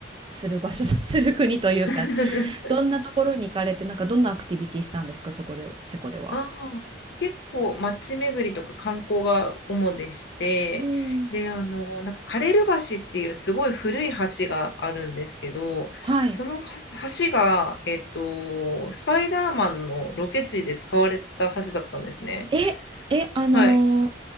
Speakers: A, on the right; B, on the left.
A: する場所、<laughs> する国というか、
B: <laughs>
A: <laughs> どんなところに行かれて、なんかどんなアクティビティしたんですか、チョコで、チェコでは。
B: ああ、結構街巡りとか観光が主でして、
A: うん。
B: で、あの、なんかカレル橋っていうすごい古い橋があるんですけど、
A: はい。
B: その橋が、えっと、スパイダーマンのロケ地で使われた橋だったんですね。
A: え、え、あのー
B: はい。